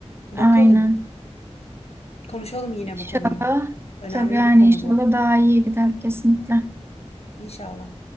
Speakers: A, on the left; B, on the right.
A: Bakalım,
B: Aynen.
A: konuşalım yine
B: İnşallah.
A: bu konuyu. Önemli
B: Tabii yani
A: bir konu
B: inşallah
A: bu.
B: daha iyi gider kesinlikle.
A: İnşallah.